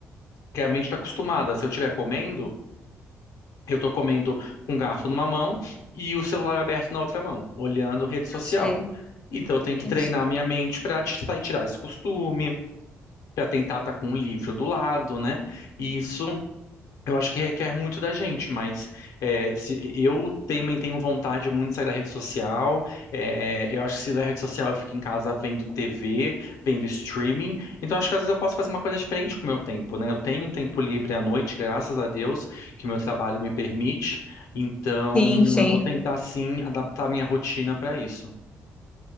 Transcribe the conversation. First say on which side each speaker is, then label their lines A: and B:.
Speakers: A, on the left (about 75°); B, on the left (about 15°).
A: porque a mente está acostumada. Se eu estiver comendo, eu estou comendo com o garfo numa mão e o celular aberto na outra mão, olhando rede social.
B: eu sei,
A: Então, eu tenho que
B: eu
A: treinar
B: sei.
A: a minha mente para tirar esse costume, para tentar estar com um livro do lado, né? E isso. Eu acho que requer muito da gente, mas é, se, eu também tenho vontade muito de sair da rede social. é, eu acho que se da rede social eu fico em casa vendo TV, vendo streaming. Então acho que às vezes eu posso fazer uma coisa diferente com o meu tempo, né? Eu tenho um tempo livre à noite, graças a Deus, que o meu trabalho me permite. Então
B: Sim, sim.
A: eu vou tentar sim adaptar a minha rotina para isso,